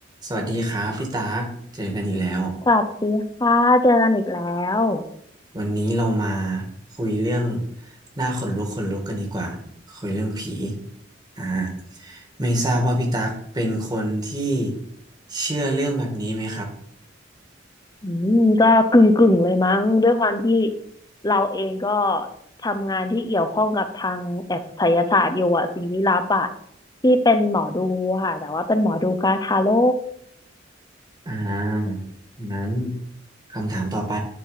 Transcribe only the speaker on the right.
สวัสดีครับพี่ตากเจอกันอีกแล้ว
วันนี้เรามาคุยเรื่องหน้าขนลุกขนลุกกันดีกว่าคุยเรื่องผีอ่าไม่ทราบว่าพี่ตักเป็นคนที่เชื่อเรื่องแบบนี้ไหมครับ
อ่างั้นคำถามต่อไป